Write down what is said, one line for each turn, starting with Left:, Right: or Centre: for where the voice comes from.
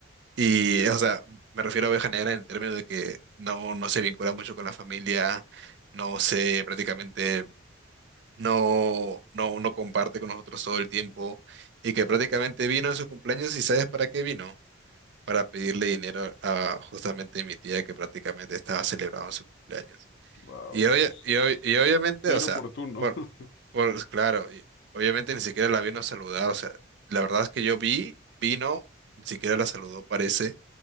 Right: Y, o sea, me refiero a oveja negra en el término de que no, no se vincula mucho con la familia, no se prácticamente, no, no, no comparte con nosotros todo el tiempo y que prácticamente vino en su cumpleaños y ¿sabes para qué vino? para pedirle dinero a justamente mi tía que prácticamente estaba celebrando su cumpleaños.
Left: Wow,
Right: Y,
Left: Dios.
Right: obvia- y, ob- y obviamente,
Left: Qué
Right: o
Left: inoportuno.
Right: sea, por,
Left: <laughs>
Right: por claro, y obviamente ni siquiera la vino a saludar, o sea, la verdad es que yo vi, vino, ni siquiera la saludó, parece,